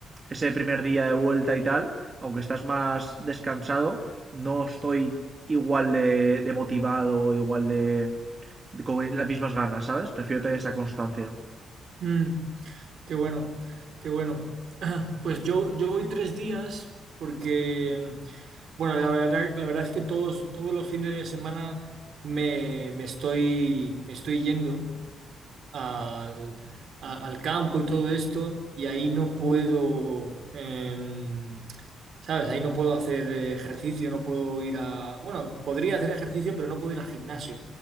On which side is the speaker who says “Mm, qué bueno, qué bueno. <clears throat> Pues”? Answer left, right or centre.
Right